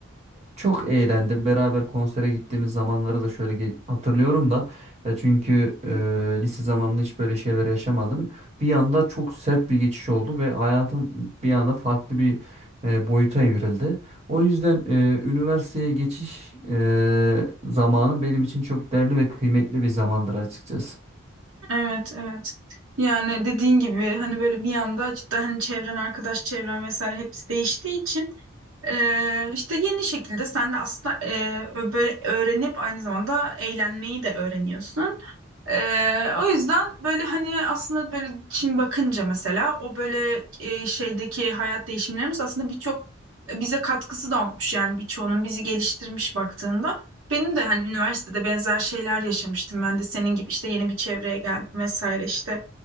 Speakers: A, on the right; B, on the right.
A: Çok eğlendim. Beraber konsere gittiğimiz zamanları da şöyle ge- hatırlıyorum da. Ya çünkü e, lise zamanında hiç böyle şeyler yaşamadım. Bir anda çok sert bir geçiş oldu ve hayatım bir anda farklı bir e, boyuta evrildi. O yüzden e, üniversiteye geçiş e, zamanı benim için çok değerli ve kıymetli bir zamandır açıkçası.
B: Evet, evet. Yani dediğin gibi hani böyle bir anda cidden hani çevren, arkadaş çevren vesaire hepsi değiştiği için e, işte yeni şekilde sen de aslında e, böyle öğrenip aynı zamanda eğlenmeyi de öğreniyorsun. Ee, o yüzden böyle hani aslında böyle şimdi bakınca mesela o böyle e, şeydeki hayat değişimlerimiz aslında birçok e, bize katkısı da olmuş yani birçoğunun bizi geliştirmiş baktığında. Benim de hani üniversitede benzer şeyler yaşamıştım. Ben de senin gibi işte yeni bir çevreye geldim vesaire işte